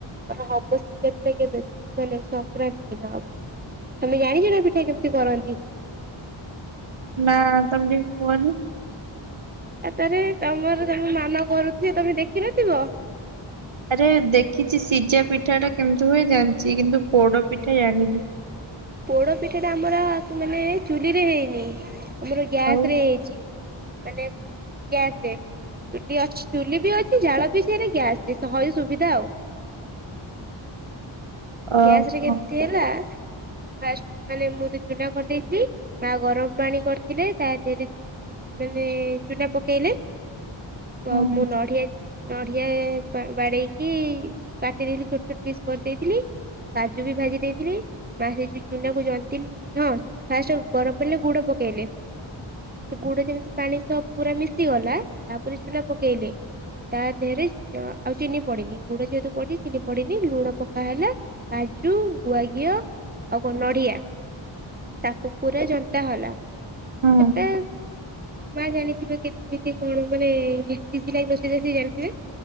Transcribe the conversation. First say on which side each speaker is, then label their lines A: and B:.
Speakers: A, on the right; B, on the right.
A: ମାନେ ହବ <unintelligible> କେବେ କେବେ ମାନେ ସଂକ୍ରାନ୍ତି ଦିନ ହବ। ତମେ ଜାଣିଛ ନା ପିଠା କେମିତି କରନ୍ତି।
B: ନା ତମେ ଟିକେ କୁଅନି।
A: ଆ ତାରେ ତମର ତମ ମାମା କରୁଥିବେ ତମେ ଦେଖି ନଥିବ।
B: ଆରେ ଦେଖିଛି ସିଝା ପିଠା ଟା କେମିତି ହୁଏ ଜାଣିଛି କିନ୍ତୁ ପୋଡ ପିଠା ଜାଣିନି।
A: ପୋଡ ପିଠା ଟା ଆମର ମାନେ ଚୁଲି ରେ ହେଇନି ଆମର ଗ୍ୟାସରେ
B: ଆଉ
A: ହେଇଛି। ମାନେ ଗ୍ୟାସରେ। ଚୁଲି ଅଛିଚୁଲି ବି ଅଛି ଜାଳ ବି ସେଇ ଗ୍ୟାସରେ ସହଜ ସୁବିଧା ଆଉ।
B: ଓହୋ
A: ଗ୍ୟାସରେ କେମିତି ହେଲା। ଫାଷ୍ଟ ମାନେ ମୁଁ ତ ଚୁନା କରିଦେଇଥିଲି ମା ଗରମ ପାଣି କରିଥିଲେ ତା ଦେହରେ ମାନେ ଚୁନା ପକେଇଲେ
B: ହୁଁ
A: ଆଉ ମୁଁ ନଢ଼ିଆ ନଢ଼ିଆ ବା ବାଡେଇକି କାଟି ଦେଇଥିଲି ଛୋଟ ଛୋଟ ପିସ୍ କରିଦେଇଥିଲି। କାଜୁ ବି ଭାଜି ଦେଇଥିଲି ମା ସେଇ ଚୁନା କୁ ଜନ୍ତିଲ୍ ହଁ ଫାଷ୍ଟ ଗରମ ପାଣିଲେ ଗୁଡ ପକେଇଲେ। ସେ ଗୁଡ଼ ଯେମିତି ପାଣି ସହ ପୁରା ମିଶିଗଲା ତାପରେ ଚୁନା ପକେଇଲେ। ତା ଦେହରେ ଆଉ ଚିନି ପଡିନି ଗୁଡ ଯେହେତୁ ପଡିଛି ଚିନି ପଡିନି ଲୁଣ ପକା ହେଲା। କାଜୁ ଗୁଆ ଘିଅ ଆଉ କଣ ନଢ଼ିଆ ତାକୁ ପୁରା ଜନ୍ତା ହେଲା ସେଟା
B: ହୁଁ
A: ମା ଜାଣିଥିବେ କେମିତି କଣ ମାନେ ସିଝିଲା କି ନ ସିଜିଲା ସେ ଜାଣିଥିବେ।